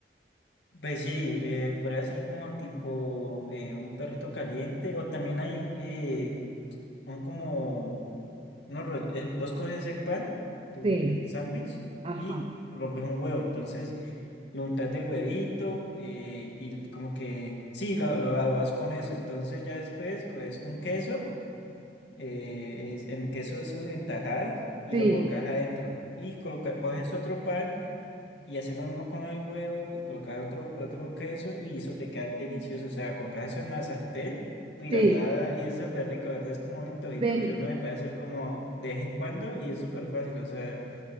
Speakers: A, on the left; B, on the right.
A: Pues sí, eh, podría ser como tipo eh, un perrito caliente o también hay eh, un como unos roll- eh, vos coges el pan de-
B: Sí,
A: del sándwich
B: ajá.
A: y rompes un huevo, entonces lo untas del huevito eh, y como que sí, lo, lo adobas con eso, entonces ya después coges un queso, eh, es, en queso eso en tajadas y
B: Sí,
A: lo colocas adentro y coloca, coges otro pan y hacer lo mismo con el huevo y colocar otro, otro queso y eso te queda delicioso. O sea, colocas eso en la sartén y
B: sí.
A: la verdad, y es súper rico. La verdad es como un antojito
B: Ven,
A: que uno se puede hacer como de vez en cuando y es súper fácil. O sea,